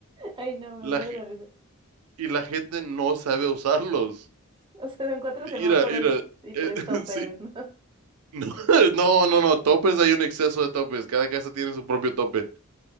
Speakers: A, on the right; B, on the right.
A: Ay, no, me
B: La,
A: muero
B: ge-
A: de risa.
B: y la gente no sabe usarlos.
A: O sea, son cuatro
B: Mira,
A: semáforos
B: mira,
A: y
B: eh,
A: tres
B: <laughs>
A: topes,
B: sí.
A: ¿no?
B: No, <laughs> no, no, no, topes, hay un exceso de topes, cada casa tiene su propio tope.